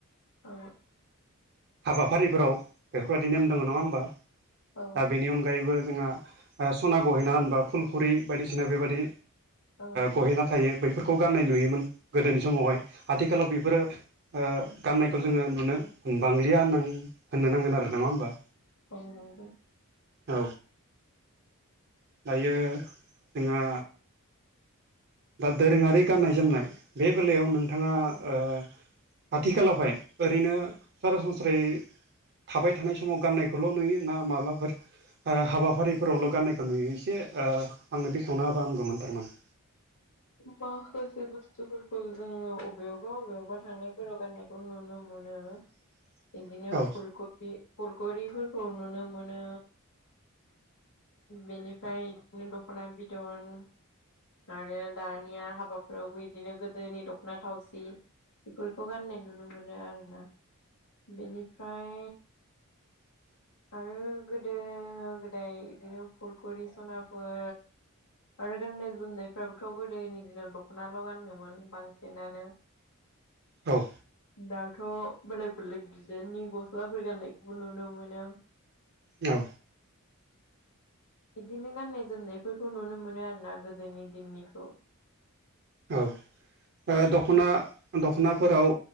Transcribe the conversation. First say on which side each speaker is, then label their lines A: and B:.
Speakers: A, on the left (about 70°); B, on the right (about 45°).
A: औ
B: हाबाफारिफोराव बेफोरबायदि नेम दङ नङा होमबा
A: औ
B: दा बेनि अनगायैबो जोंहा सना गहेना होनबा फुलखुरि बायदिसिना बेबादि
A: औ
B: गहेना थायो बैफोरखौ गाननाय नुयोमोन गोदोनि समावहाय आथिखालाव बेफोरो ओ गाननायखौ जोंङो नुनो बांलिया होननानै होननो नांगोन आरो नङा होमबा
A: औ नंगौ
B: औ दायो जोंहा दा दोरोङारि गाननाय जोमनाय बे बेलायाव नोंथांङा ओ आथिखालावहाय ओरैनो सरासनस्रायै थाबाय थानाय समाव गाननायखौल' नुयो ना माब्लाफोर हाबाफारिफोरावल' गाननायखौ नुयो एसे ओ आंनो बेखेवना होबा हामगौमोन थारमाने
A: माखासे बुस्थुफोरखौ जोंङो अबेयावबा अबेयावबा थांनायफोराव गाननायखौ नुनो मोनो
B: <unintelligible>
A: बिदिनो
B: औ
A: फुलखरि फुलखुरिफोरखौ नुनो मोनो बेनिफ्राय बिदिनो दख'ना बिद'न आरो दानिया हाबाफोरावबो बिदिनो गोदोनि दख'ना थावसि बेफोरखौ गाननाय नुनो मोनो आरोना बेनिफ्राय
B: <unintelligible>
A: आरो गोदो गोदाय इदिनो फुलखुरि सनाफोर आरो गाननाय जोमनायफ्राबो थ' गोदोनि दिनाव दख'नाल' गानोमोन बांसिनानो
B: औ
A: दाथ' बेलेग बेलेग दिजाइननि गस्लाफोर गान्नायखौबो नुनो मोनो
B: औ
A: बिदिनो गान्नाय जोमनायफोरखौ नुनो मोनो आरो ना गोदोनि दिननि खौ
B: औ ओ दख'ना दख'नाफोराव